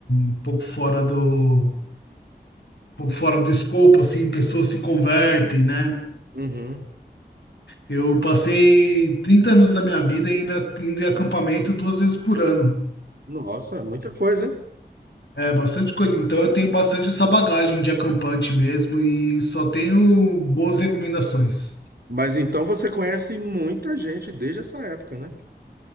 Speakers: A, on the left (about 90°); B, on the right (about 65°).
A: um pouco fora do, um pouco fora do escopo, assim, pessoas se convertem, né?
B: Uhum.
A: Eu passei 30 anos da minha vida ainda indo em acampamento duas vezes por ano.
B: Nossa, é muita coisa, hein?
A: É bastante coisa. Então eu tenho bastante essa bagagem de acampante mesmo e só tenho boas recomendações.
B: Mas então você conhece muita gente desde essa época, né?